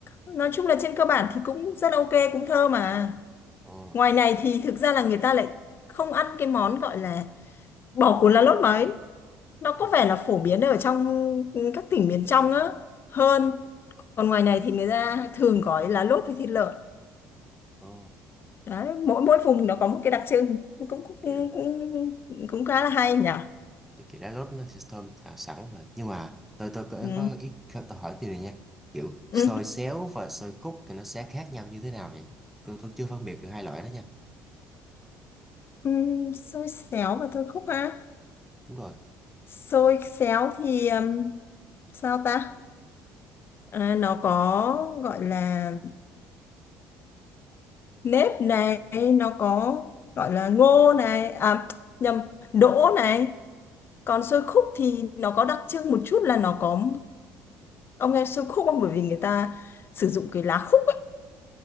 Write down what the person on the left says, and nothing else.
nói chung là trên cơ bản thì cũng rất ok cũng thơm mà
Ngoài này thì thực ra là người ta lại không ăn cái món gọi là bò cuốn lá lốt mấy. Nó có
vẻ là phổ biến ở trong các tỉnh miền trong á hơn. Còn ngoài này thì người ta thường gói lá lốt với thịt lợn.
Đấy, mỗi mỗi vùng nó có một cái đặc trưng cũng cũng
cũng cũng, cũng khá là hay nhỉ.
Ừ.
Ừ.
Ừ. Xôi xéo và thôi khúc ha.
Xôi xéo thì ừm, sao ta? À, nó có gọi là nếp này nó có gọi là ngô này à nhầm đỗ này còn xôi khúc thì nó có đặc trưng một chút là nó có ông nghe xôi khúc không bởi vì người ta sử dụng cái lá khúc ấy